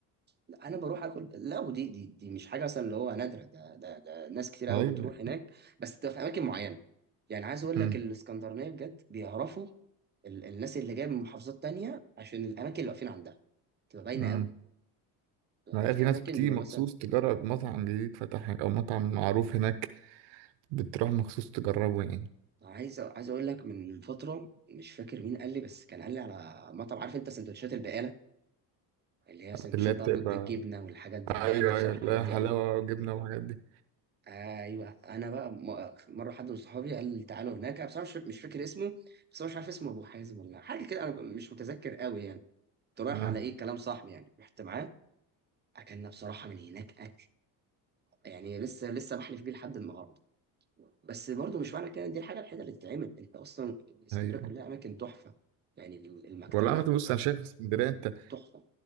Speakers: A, on the right; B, on the right.
A: لا انا بروح اكل لا ودي دي, دي مش حاجه مثلا اللي هو نادره ده ده, ده ناس كتير قوي
B: طيب
A: بتروح
B: يعني،
A: هناك بس بتبقى في اماكن معينه يعني عايز اقول
B: مم.
A: لك الاسكندرانيه بجد بيعرفوا ال- الناس اللي جايه من محافظات تانية عشان الاماكن اللي واقفين عندها تبقى باينه
B: مم.
A: قوي يعني
B: ما
A: في
B: هي في ناس
A: اماكن
B: بتيجي
A: بيبقى
B: مخصوص
A: مثلا
B: تجرب مطعم جديد فتح هناك أو مطعم معروف هناك بتروح مخصوص تجربه يعني
A: عايز عايز اقول لك من فتره مش فاكر مين قال لي بس كان قال لي على مطعم عارف انت سندوتشات البقاله اللي هي سندوتشات
B: اللي هي
A: بقى
B: بتبقى
A: بيض بالجبنه والحاجات دي
B: أيوه
A: انا بحب بصراحه
B: أيوه
A: الحاجات
B: لا
A: دي
B: حلاوة
A: قوي
B: وجبنة وحاجات دي
A: ايوه انا بقى م- مره حد من صحابي قال لي تعالوا هناك انا بصراحه مش فاكر- مش فاكر اسمه بس هو مش عارف اسمه ابو حازم ولا حاجه كده انا ب- مش متذكر قوي يعني كنت رايح
B: آه.
A: على ايه كلام صاحبي يعني رحت معاه اكلنا بصراحه من هناك اكل يعني لسه لسه بحلف بيه لحد النهارده بس برضو مش معنى كده إن دي الحاجه الوحيده اللي تتعمل انت اصلا اسكندريه
B: أيوه
A: كلها اماكن تحفه يعني المكتبه
B: والله عامة بص أنا شايف اسكندرية أنت
A: تحفه